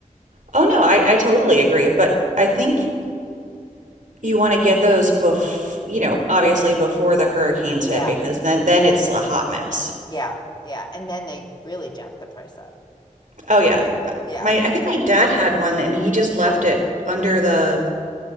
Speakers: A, on the right; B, on the left.
A: Oh no, I, I totally agree, but I think you want to get those bef you know, obviously before the hurricanes
B: Yeah,
A: hit because then then it's a hot mess.
B: yeah, yeah. And then they really jack the price up.
A: Oh yeah.
B: Yeah.
A: My I think my dad had one and he just left it under the